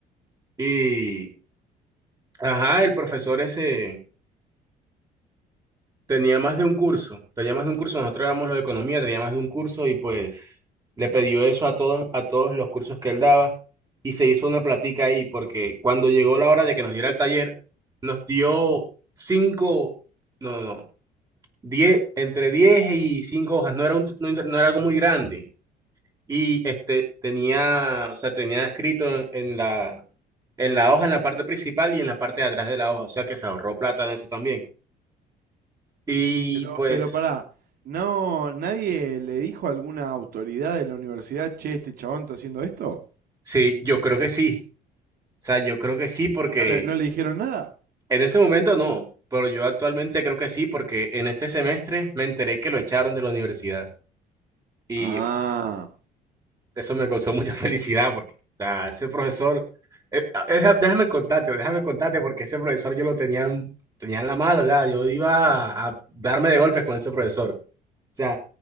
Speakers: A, on the right; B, on the right.
A: Y, ajá, el profesor ese Tenía más de un curso, tenía más de un curso, nosotros éramos lo de economía, tenía más de un curso y pues le pidió eso a todos, a todos los cursos que él daba y se hizo una platica ahí porque cuando llegó la hora de que nos diera el taller, nos dio cinco, no, no, no, diez, entre diez y cinco hojas, no era un, no, era no era algo muy grande y este tenía, o sea, tenía escrito en, en la, en la hoja, en la parte principal y en la parte de atrás de la hoja, o sea que se ahorró plata en eso también. Y
B: Pero,
A: pues
B: pero para, no, nadie le dijo a alguna autoridad de la universidad, che, este chabón está haciendo esto.
A: Sí, yo creo que sí. O sea, yo creo que sí porque
B: ¿Y ¿No le, no le dijeron nada?
A: en ese momento no, pero yo actualmente creo que sí porque en este semestre me enteré que lo echaron de la universidad y
B: Ah,
A: eso me causó mucha <laughs> felicidad porque, o sea, ese profesor, eh, ah, deja- déjame contarte, déjame contarte porque ese profesor yo lo tenía, en- tenía en la mala, ¿verdad? Yo iba a, a darme de golpes con ese profesor. O sea,